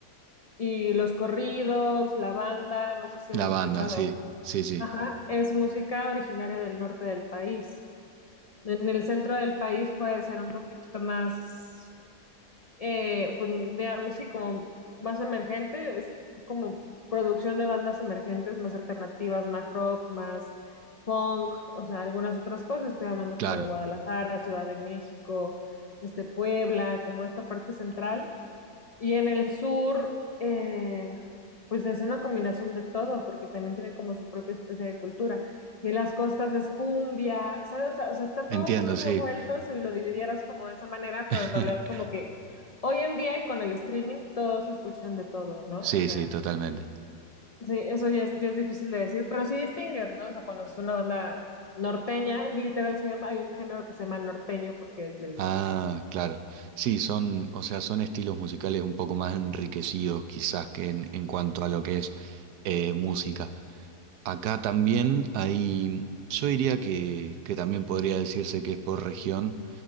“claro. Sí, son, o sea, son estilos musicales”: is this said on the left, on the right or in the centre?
Right